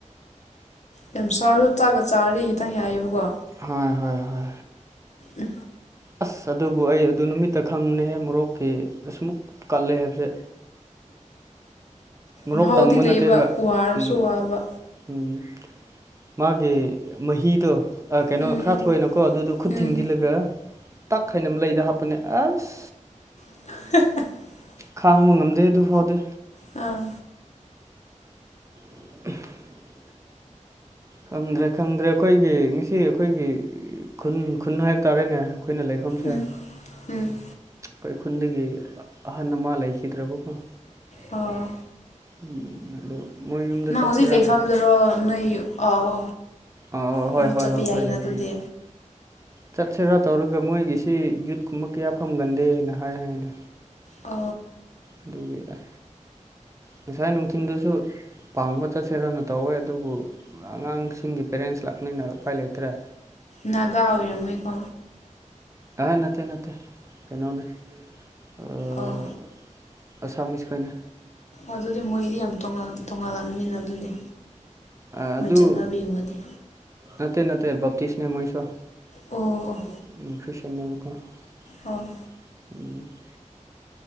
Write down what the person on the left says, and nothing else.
ꯌꯥꯝ ꯁꯥꯔꯁꯨ ꯆꯥꯛꯒ ꯆꯥꯔꯗꯤ ꯈꯤꯇꯪ ꯍꯥꯏꯌꯦꯕꯀꯣ
ꯎ
ꯃꯍꯥꯎꯗꯤ
ꯂꯩꯕ
ꯋꯥꯔꯁꯨ
ꯋꯥꯕ
ꯎꯝ
ꯎꯝ
ꯎꯝ
<unintelligible>
ꯑꯥ
ꯎꯝ ꯎꯝ
ꯑꯣ
ꯅꯪ
ꯍꯧꯖꯤꯛ ꯂꯩꯐꯝꯗꯨꯔꯣ ꯅꯣꯏ ꯑꯥꯎ
ꯑꯗꯨ
ꯆꯠꯄ
ꯌꯥꯏꯅ
ꯑꯗꯨꯗꯤ
ꯑ
ꯅꯥꯒꯥ ꯑꯣꯏꯔꯝꯃꯣꯏꯀꯣ
ꯑꯣ
ꯑꯗꯨꯗꯤ ꯃꯣꯏꯗꯤ ꯌꯥꯝ ꯇꯣꯡꯉꯜ ꯇꯣꯡꯉꯜꯂꯝꯅꯤꯅ ꯑꯗꯨꯗꯤ
ꯃꯣꯏ
ꯆꯠꯅꯕꯤꯃꯗꯤ
ꯑꯣ ꯑꯣ
ꯑꯣ